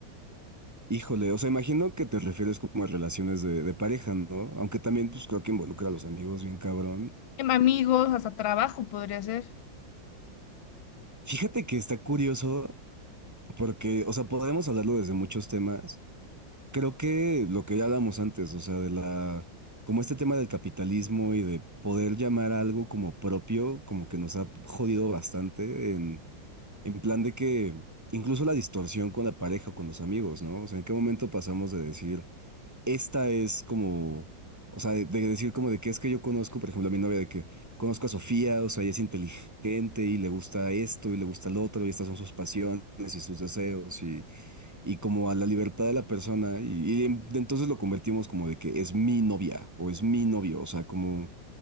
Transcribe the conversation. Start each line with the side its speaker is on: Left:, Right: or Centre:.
Right: Híjole, o sea, imagino que te refieres como a relaciones de, de pareja, ¿no? Aunque también, pues creo que involucra a los amigos, bien cabrón.
Left: em, amigos, hasta trabajo podría ser.
Right: Fíjate que está curioso porque, o sea, podemos hablarlo desde muchos temas. Creo que lo que ya hablamos antes, o sea, de la, como este tema del capitalismo y de poder llamar a algo como propio, como que nos ha jodido bastante en, en plan de que incluso la distorsión con la pareja o con los amigos, ¿no? O sea, ¿en qué momento pasamos de decir... esta es como, o sea, de, de decir como de que es que yo conozco, por ejemplo, a mi novia de que conozco a Sofía, o sea, ella es inteligente y le gusta esto y le gusta lo otro y estas son sus pasiones y sus deseos y, y como a la libertad de la persona y, y en- entonces lo convertimos como de que es mi novia o es mi novio, o sea, como,